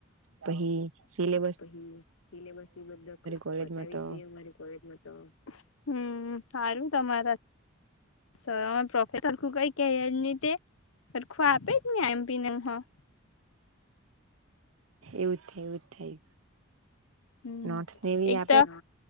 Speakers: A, on the right; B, on the left.
A: પહી સિલેબ
B: પછી સિલેબસ બધ
A: કોલેજમાં
B: બતાવી
A: તો
B: જ દઈએ મારી કોલેજમાં તો હમ્મ સારું તમારા પ્રોફેસરું કઈ કેય જ ની તે હરુખુ <unintelligible>
A: એવું <unintelligible> એવું થઈ
B: હમ
A: નોટસ નેવી
B: એક
A: આપે
B: તો હમ